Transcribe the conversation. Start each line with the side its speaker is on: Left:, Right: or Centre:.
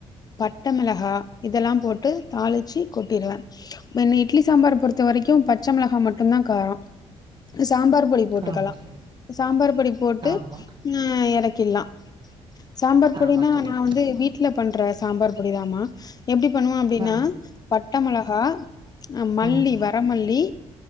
Left: பட்ட மெளகாய் இதெல்லாம் போட்டு தாளிச்சி கொட்டிடுவேன் இட்லி சாம்பார் பொறுத்த வரைக்கும் பச்சை மெளகா மட்டும்தா காரம் சாம்பார் பொடி போட்டுக்கலாம்
Right: ஆமா தோழி
Left: சாம்பார் பொடி போட்டு
Right: ஆமா
Left: ஆ இறக்கிட்லா சாம்பார் பொடினா
Right: ஆமா தோழி
Left: நா வந்து வீட் வீட்ல பண்ற சாம்பார் பொடிதாமா எப்டி பண்ணுவே அப்டின்னா
Right: ஆ
Left: பட்ட மெளகா மல்லி
Right: ம்
Left: வரமல்லி